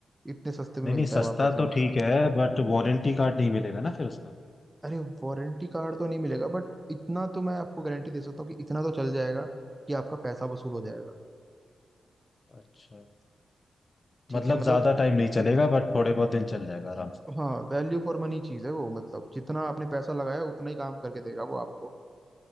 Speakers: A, on the right; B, on the left.
A: इतने सस्ते में
B: नहीं
A: मिलता
B: नहीं सस्ता
A: है वहां पे सब
B: तो ठीक है बट वारंटी कार्ड नहीं मिलेगा ना फिर उसका
A: अरे वारंटी कार्ड तो नहीं मिलेगा बट इतना तो मैं आपको गारंटी दे सकता हूँ कि इतना तो चल जाएगा कि आपका पैसा वसूल हो जाएगा
B: अच्छा
A: ठीक
B: मतलब
A: है मतलब
B: ज्यादा टाइम नहीं चलेगा बट थोड़े बहुत दिन चल जाएगा आराम से
A: हाँ वैल्यू फॉर मनी चीज है वो मतलब जितना आपने पैसा लगाया उतना ही काम करके देगा वो आपको